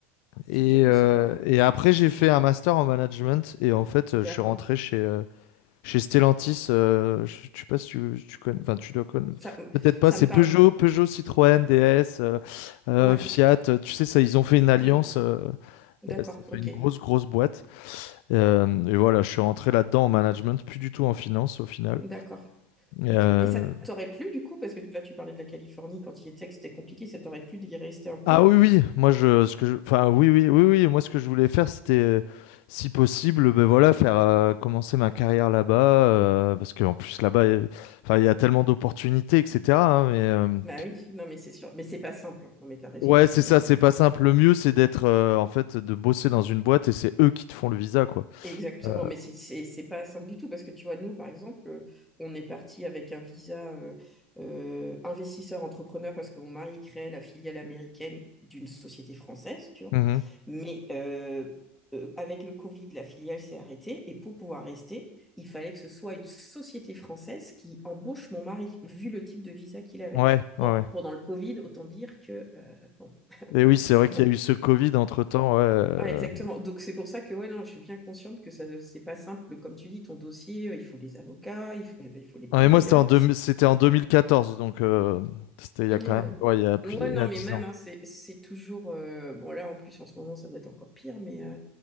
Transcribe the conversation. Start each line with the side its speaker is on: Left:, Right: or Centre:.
Left: et,
Centre: je suis déjà passée
Left: euh,
Centre: par là.
Left: et après, j'ai fait un master en management. Et en fait,
Centre: D'accord.
Left: euh, je suis rentré chez, euh, chez Stellantis. euh, je je sais pas si tu, tu connais. Enfin, tu dois connaître.
Centre: Ça, mm,
Left: Peut-être pas.
Centre: ça
Left: C'est
Centre: me parle.
Left: Peugeot,
Centre: de-
Left: Peugeot, Citroën, DS, euh, euh,
Centre: Ouais.
Left: Fiat. euh, Tu sais, ça, ils ont fait une alliance.
Centre: Mm.
Left: euh,
Centre: D'accord,
Left: euh, ça fait
Centre: ok.
Left: une grosse, grosse boîte. Euh, et voilà, je suis rentré là-dedans en management, plus du tout en finance au final.
Centre: D'accord.
Left: Euh,
Centre: Ok. Mais ça t'aurait plu du coup, parce que là tu parlais de la Californie quand il était, que c'était compliqué, ça t'aurait plu d'y rester un peu?
Left: Ah oui, oui, moi je, ce que je, enfin oui, oui, oui, oui, moi ce que je voulais faire, c'était, euh, si possible, ben voilà, faire euh, commencer ma carrière là-bas, euh, parce qu'en plus là-bas, il y a- enfin il y a tellement d'opportunités, etc. hein, mais euh, m-
Centre: Bah oui, non mais c'est sûr. Mais c'est pas simple. hein. Non mais t'as raison,
Left: ouais,
Centre: c'est.
Left: c'est ça,
Centre: euh,
Left: c'est pas simple. Le mieux, c'est d'être, euh, en fait, de bosser dans une boîte et c'est eux qui te font le visa, quoi.
Centre: Exactement,
Left: Euh,
Centre: mais c'est c'est- c'est pas simple du tout parce que tu vois, nous, par exemple, euh, on est parti avec un visa euh, euh, investisseur-entrepreneur parce que mon mari crée la filiale américaine d'une société française, tu vois.
Left: mhm.
Centre: Mais euh, euh, avec le Covid, la filiale s'est arrêtée et pour pouvoir rester, il fallait que ce soit une société française qui embauche mon mari, vu le type de visa qu'il avait.
Left: Ouais, ouais.
Centre: Or,
Left: ouais.
Centre: pendant le Covid, autant dire que, euh, bon, <laughs>
Left: Et
Centre: voilà,
Left: oui, c'est
Centre: ça
Left: vrai qu'il
Centre: non.
Left: y a eu ce Covid entre-temps. Ouais. euh.
Centre: Ouais, exactement. Donc c'est pour ça que ouais, non, je suis bien consciente que ça, c'est pas simple. Comme tu dis, ton dossier, euh, il faut les avocats, il faut, eh ben, il faut les payer
Left: Ah, et moi,
Centre: d'ailleurs.
Left: c'était en, deux- c'était en 2014 donc euh, c'était il y
Centre: Ouais.
Left: a quand même, ouais, il y a plus,
Centre: Moi,
Left: il
Centre: non,
Left: y a
Centre: mais
Left: 10
Centre: même,
Left: ans.
Centre: hein, c'est, c'est toujours. euh, bon, là, en plus, en ce moment, ça doit être encore pire, mais, euh,